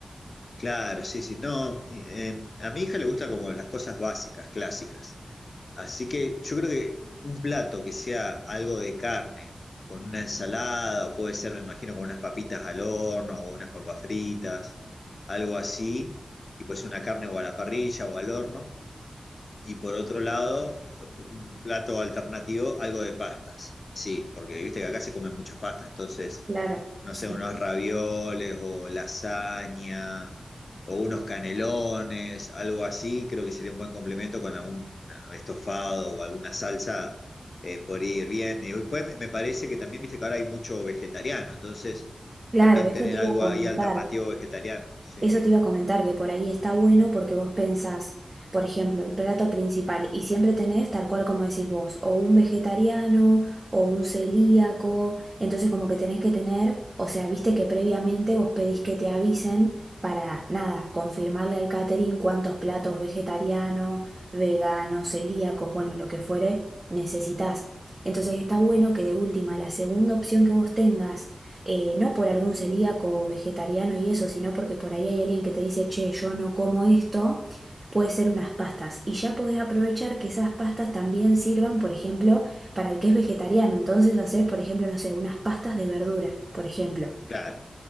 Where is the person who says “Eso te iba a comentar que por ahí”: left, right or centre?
Right